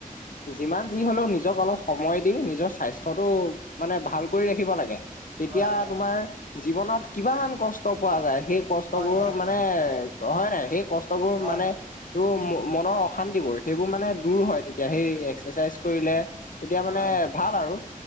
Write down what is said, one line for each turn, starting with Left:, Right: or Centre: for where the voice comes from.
Left: যিমান যি হলেও নিজক অলপ সময় দি নিজৰ স্বাস্থ্যটো মানে ভাল কৰি ৰাখিব লাগে তেতিয়া
Right: হয় হয়
Left: তোমাৰ জীৱনত কিমান কষ্ট পোৱা যায় সেই কষ্টবোৰ
Right: হয় হয়
Left: মানে হয় নাই সেই কষ্টবোৰ
Right: হয়
Left: মানে
Right: হয় হয় হয়
Left: তোৰ মনৰ অশান্তিবোৰ সেইবোৰ মানে দূৰ হয় তেতিয়া সেই এক্সাৰচাইজ কৰিলে তেতিয়া মানে
Right: হয়
Left: ভাল আৰু